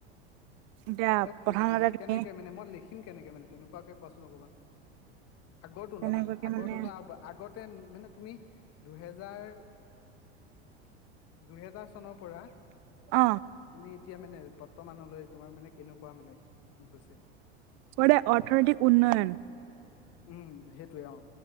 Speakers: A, on the right (about 50°); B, on the left (about 45°).
A: এতিয়া
B: তম
A: প্ৰধানতে তুমি
B: কেনেকে মানে মই লিখিম কেনেকে মানে তেনেকুৱাকে কোৱাচোন অকমান। আগৰটো
A: তেনেকুৱাকে
B: ননহলা আগৰো
A: মানে
B: ন আগতে মানে তুমি দুহেজাৰ-দুহেজাৰ চন পৰা
A: অ
B: তুমি এতিয়া মানে বৰ্তমানলৈ তোমাৰ মানে কেনেকুৱা মানে কি হৈছে?
A: <unintelligible> অৰ্থনৈতিক উন্নয়ন
B: উ-উম সেইটোয়ে অ